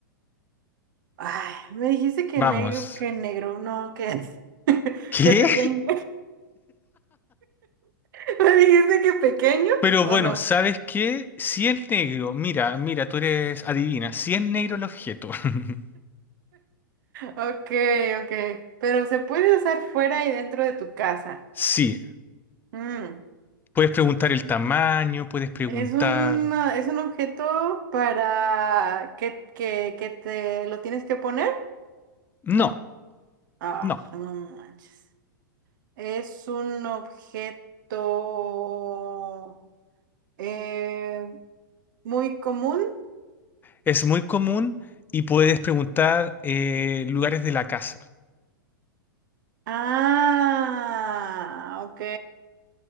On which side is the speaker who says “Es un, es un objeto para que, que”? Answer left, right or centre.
Right